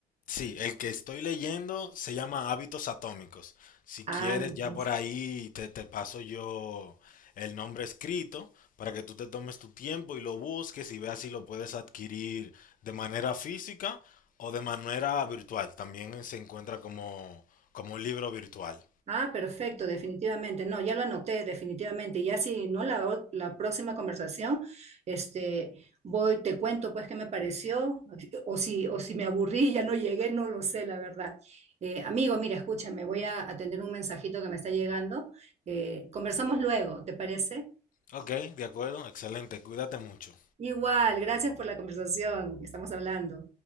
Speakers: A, on the left; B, on the right.
A: Sí, el que estoy leyendo se llama Hábitos Atómicos. Si
B: Hábitos.
A: quieres, ya por ahí te, te paso yo el nombre escrito para que tú te tomes tu tiempo y lo busques y veas si lo puedes adquirir de manera física o de manera virtual. También se encuentra como, como un libro virtual.
B: Ah, perfecto, definitivamente. No, ya lo anoté, definitivamente. Y Ya si no, la, o- la próxima conversación, este, voy, te cuento pues qué me pareció, o si, o si me aburrí, y ya no llegué, no lo sé, la verdad. Eh, amigo, mira, escúchame, voy a atender un mensajito que me está llegando. Eh, conversamos luego, ¿te parece?
A: Ok, de acuerdo, excelente, cuídate mucho.
B: Igual, gracias por la conversación, estamos hablando.